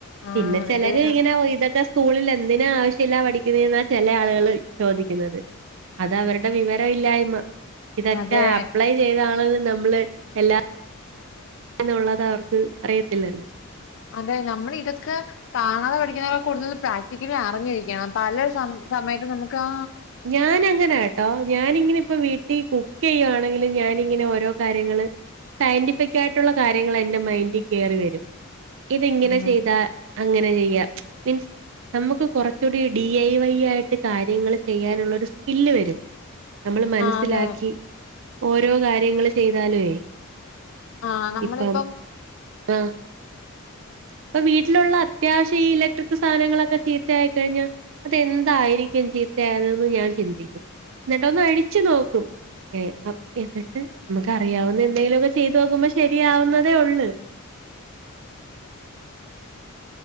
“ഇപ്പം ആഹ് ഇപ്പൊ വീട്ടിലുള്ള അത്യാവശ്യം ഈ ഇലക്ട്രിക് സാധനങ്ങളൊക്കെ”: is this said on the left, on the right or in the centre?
Right